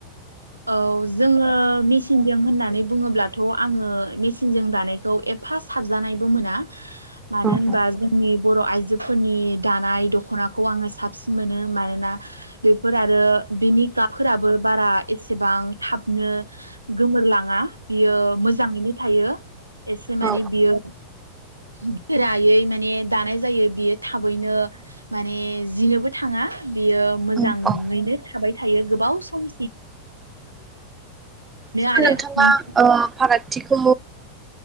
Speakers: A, on the right; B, on the right.
A: औ जोङो मिचिनजों होननानै बुङोब्लाथ' आङो मेसिनजों दानायखौ एफा साबजानायबो मोना। मानो
B: हागोन
A: होनबा जोंनि बर' आइजोफोरनि दानाय दख'नाखौ आङो साबसिन मोनो मानोना बेफोर आरो बेनि गाबफोराबो बारा एसेबां थाबनो गोमोरलाङा बियो मोजाङैनो थायो। एसे माने
B: औ
A: बियो गोरायै माने दानाय जायो बियो थाबैनो माने जिनोबो थाङा। बियो मोजाङैनो
B: औ औ
A: थाबाय थायो गोबाव सम
B: स'
A: आरो
B: नोंथाङा
A: नोंथां
B: ओ फाराग थिखौ